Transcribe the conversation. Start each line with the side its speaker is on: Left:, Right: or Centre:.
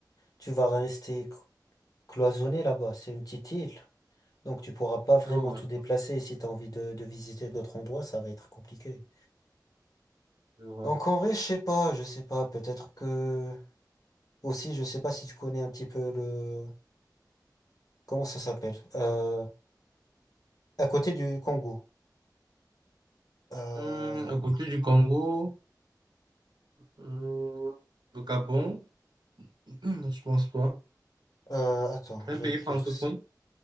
Left: tu vas rester clo- cloisonné là-bas. C'est une petite île. Donc tu pourras pas vraiment
Right: là, ouais,
Left: te déplacer. Si tu as envie de, de visiter d'autres endroits, ça va être compliqué.
Right: je vois.
Left: Donc en vrai, je sais pas, je sais pas. Peut-être que aussi, je sais pas si tu connais un petit peu le comment ça s'appelle. Euh, à côté du Congo. Euh,
Right: Hum, à côté du Congo, hum, le Gabon, <clears throat> je pense pas.
Left: euh, attends,
Right: Un
Left: je
Right: pays
Left: vais te
Right: francophone.
Left: dire.